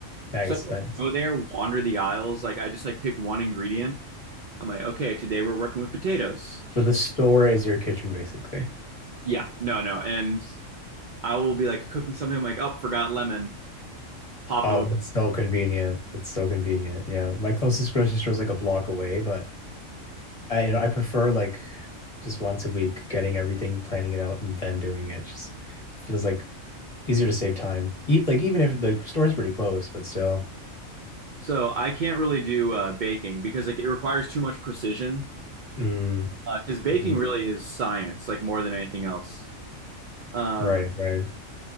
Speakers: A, on the left (about 30°); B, on the right (about 65°).
A: Nice,
B: So I
A: nice.
B: go there, wander the aisles. Like I just like pick one ingredient. I'm like, okay, today we're working with potatoes.
A: So the store is your kitchen, basically.
B: Yeah, no, no. And I will be like cooking something. I'm like, oh, forgot lemon. Pop
A: Oh,
B: over
A: that's so convenient. That's so convenient. Yeah, my closest grocery store is like a block away, but I, you know, I prefer like just once a week getting everything, planning it out, and then doing it. Just feels like easier to save time. E like even if the store's pretty close, but still.
B: So I can't really do uh, baking because like it requires too much precision.
A: Mm,
B: Because baking
A: mhm.
B: really is science, like more than anything else. Um
A: right, right.